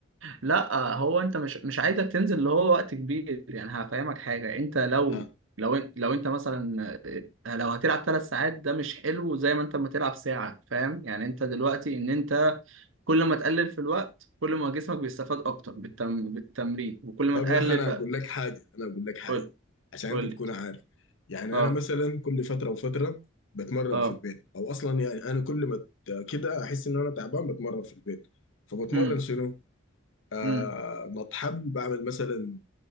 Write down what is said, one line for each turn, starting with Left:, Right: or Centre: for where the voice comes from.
Right: لا هو انت مش مش عايزك تنزل اللي هو وقت كبير يعني هفهمك حاجه انت لو
Left: ها
Right: لو ان- لو انت مثلا لو هتلعب ثلاث ساعات ده مش حلو زي ما انت ما تلعب ساعه فاهم يعني انت دلوقتي ان انت كل ما تقلل في الوقت كل ما جسمك بيستفاد اكتر بالتم... بالتمرين وكل ما
Left: طب
Right: تقلل
Left: يا أخي أنا
Right: ف...
Left: أقول لك حاجة أنا أقول لك حاجة
Right: قول
Left: عشان
Right: قول
Left: أنت تكون
Right: لي
Left: عارف يعني
Right: اه
Left: أنا مثلا كل فترة وفترة بتمرن
Right: اه
Left: في البيت أو أصلا يعني أنا كل ما ت- كده أحس إن أنا تعبان بتمرن في البيت فبتمرن
Right: امم
Left: شنو؟ آه
Right: امم
Left: نط حبل بعمل مثلا